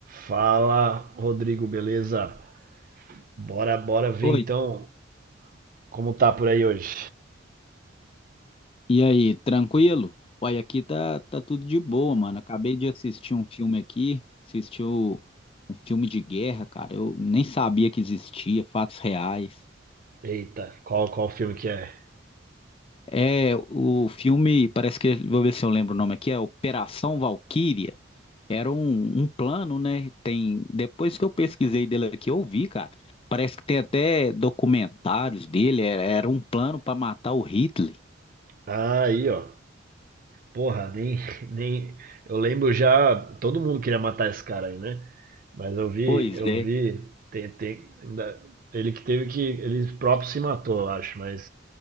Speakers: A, on the right; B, on the left.
A: Fala, Rodrigo, beleza? Bora, bora ver
B: Oi,
A: então como tá por aí hoje.
B: e aí, tranquilo? Uai, aqui tá, tá tudo de boa, mano. Acabei de assistir um filme aqui, assistiu um filme de guerra, cara. Eu nem sabia que existia, fatos reais.
A: Eita, qual qual filme que é?
B: É, o filme, parece que, vou ver se eu lembro o nome aqui, é Operação Valquíria. Era um, um plano, né? Tem, depois que eu pesquisei dele aqui, eu vi, cara. Parece que tem até documentários dele, era, era um plano para matar o Hitler.
A: Ah, aí, ó. Porra, nem <laughs> nem eu lembro já, todo mundo queria matar esse cara aí, né? Mas eu vi,
B: Pois
A: eu
B: é.
A: vi tem, tem ainda- ele que teve que ele próprio se matou, eu acho, mas